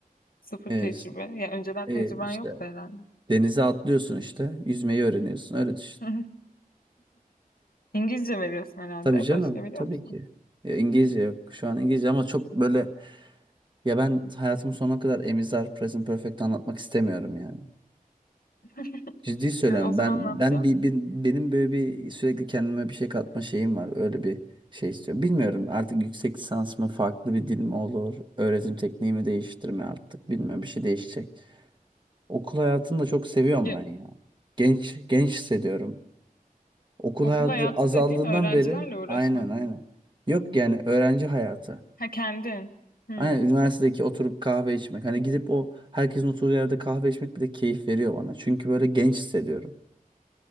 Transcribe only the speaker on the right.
E,
e,
işte
denize atlıyorsun işte yüzmeyi öğreniyorsun öyle düşün.
Tabii canım
tabii
ki. Ya İngilizce yok. Şu an İngilizce ama çok böyle Ya ben hayatımın sonuna kadar Emizar Present Perfect anlatmak istemiyorum yani.
Ciddi söylüyorum.
Ben
ben bir, bir- benim böyle bir sürekli kendime bir şey katma şeyim var. Öyle bir şey istiyorum. Bilmiyorum artık yüksek lisans mı farklı bir dil mi olur? Öğretim tekniği mi değiştirme artık? Bilmiyorum bir şey değişecek. Okul hayatını da çok seviyorum
ben ya. Genç genç hissediyorum. Okul
hayatı
azaldığından
beri
aynen aynen.
Yok yani öğrenci hayatı.
Aynen üniversitedeki oturup kahve içmek. Hani gidip o herkesin oturduğu yerde kahve içmek bile keyif veriyor bana. Çünkü böyle genç hissediyorum.